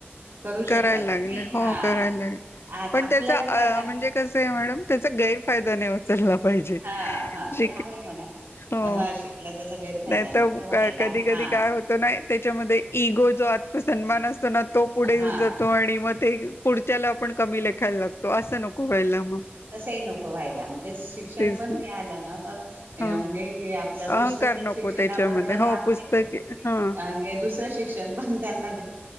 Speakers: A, on the right; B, on the left.
A: करू
B: करायला
A: शकतात
B: लागले
A: क नाही
B: हो
A: हा
B: करायला लागले.
A: आ
B: पण
A: आपल्यालाच
B: त्याचा
A: आता
B: म्हणजे कस आहे मॅडम त्याचा गैरफायदा नाही होता ला पाहिजे
A: हा हा
B: श
A: ते आहे म्हणा
B: हो
A: हा शिकला त्याचा गैरफायदा
B: नाही
A: नको
B: तर
A: व्हायला
B: का कधी कधी
A: हा
B: काय होत नाही त्याच्यामध्ये इगो जो आत्सन्मान असतो ना तो पुढे
A: हा
B: येऊन जातो आणि मग ते पुढच्याला आपण कमी लेखायला लागतो असं नको व्हाळेला मग
A: तसंही नको व्हायला म्हणजे शिक्षण
B: तेच
A: पण
B: ना
A: मिळालं ना तर
B: हा
A: म्हणजे पुस्तक
B: अहंकार नको
A: शिक्षणाबरोबर
B: त्याच्यामध्ये हो
A: आप
B: पुस्तके
A: हे
B: हा
A: दुसरं शिक्षण पण त्यांना